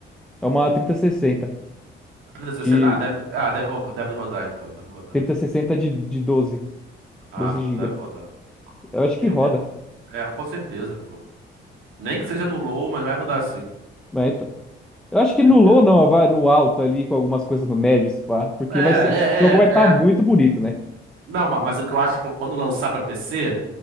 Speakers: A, in the centre; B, on the right.
A: É uma 3060
B: A 3060?
A: de
B: Ah, deve, ah, deve, rouba- deve rodar então, deve rodar.
A: 3060 de, de 12,
B: Ah,
A: 12
B: pô,
A: GB.
B: deve rodar.
A: Eu acho que
B: Eu,
A: roda,
B: eu, é, com certeza, pô. Nem que seja no low, mas vai rodar sim, com
A: né, então. Eu acho que
B: certeza.
A: no low não, vai no alto ali com algumas coisas no médio, se pá, porque
B: É, é,
A: vai ser, o jogo vai estar
B: é,
A: muito
B: é.
A: bonito, né?
B: Não, ma- mas, o que eu acho que quando lançar pra PC,